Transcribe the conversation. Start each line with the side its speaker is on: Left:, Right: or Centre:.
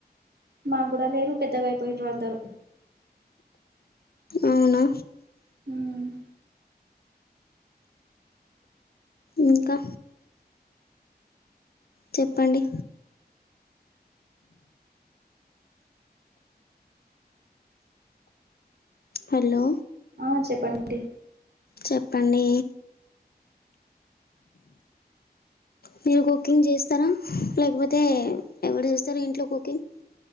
Right: మాక్కుడా లేరు పెద్దగా అయిపోయిన్రు అందరూ
Left: అవునా
Right: మ్
Left: ఇంకా చెప్పండి హలో
Right: ఆ చెప్పండి
Left: చెప్పండి మీరు కుకింగ్ చేస్తారా లేకపోతే ఎవరు చేస్తారా ఇంట్లో కుకింగ్